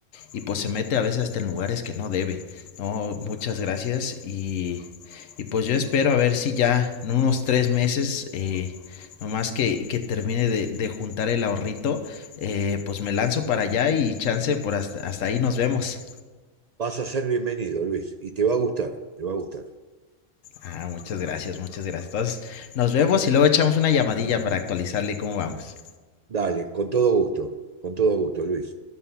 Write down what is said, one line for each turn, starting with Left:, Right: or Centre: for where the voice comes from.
Left: y pues se mete a veces hasta en lugares que no debe. No, muchas gracias y, y pues yo espero a ver si ya en unos tres meses, eh, nomás que, que termine de, de juntar el ahorrito, eh, pues me lanzo para allá y chance por hasta, hasta ahí nos vemos.
Right: Vas a ser bienvenido, Luis, y te va a gustar, te va a gustar.
Left: Ah, muchas gracias, muchas gracias. Entonces nos vemos y luego echamos una llamadilla para actualizarle cómo vamos.
Right: Dale, con todo gusto, con todo gusto, Luis.